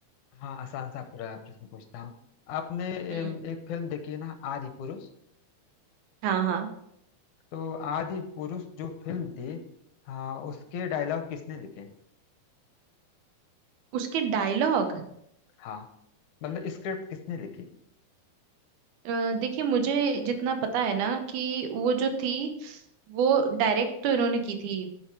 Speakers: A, on the left; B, on the right.
A: हाँ आसान सा पूरा प्रश्न पूछता हूँ आपने एम,
B: हम्म
A: एक फिल्म देखी है ना आदि पुरुष
B: हाँ हाँ
A: तो आदि पुरुष जो फिल्म थी हाँ उसके डायलॉग किसने लिखे
B: उसके डायलॉग
A: हाँ मतलब स्क्रिप्ट किसने लिखी
B: अ, देखिए मुझे जितना पता है ना कि वो जो थी वो डायरेक्ट तो इन्होंने की थी